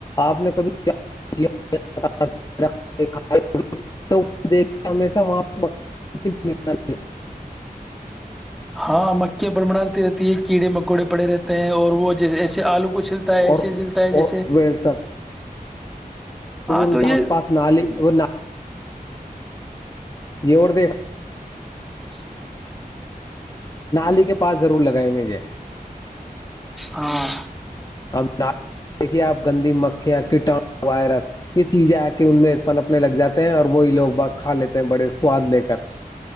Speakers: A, on the left; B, in the centre.
A: آپ نے کبھی کیا کیا دیک کے ہشہاں چلیے
B: ہاں مکیا بڑ بنی رہتی ہے کیڑے مکوڑے پڑے رہتے ہیں اور وہ ج ایسے آلو کو چھل ہے ایسے
A: اور
B: جلتا ہے جیسے
A: اور ویلسر
B: ہاں
A: ان
B: تو
A: کے
B: یہ
A: آس پاس نال اور یہیور دیکھ
B: اچھا
A: نی کے پاس ضرور لگائیں گے یہ
B: ہاں
A: اب دیکھیے آپ گندی مکھیاں کیٹا وائرس یہ چیزیں آ کہ ان میں پن اپنے لگ جاتے ہیں اور وہی لوگ ب کھا لیتے ہیں بڑے سواد لے کر